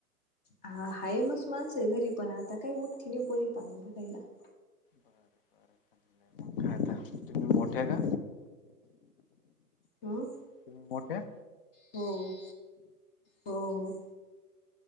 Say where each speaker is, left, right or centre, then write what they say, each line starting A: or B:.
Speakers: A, on the left; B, on the left.
A: हा हाय मस माणस आहे घरी, पण आता <unintelligible>
B: बरं बरं. <unintelligible> तुम्ही मोठ्या का.
A: हम्म
B: तुम्ही मोठ्या
A: हो हो हो.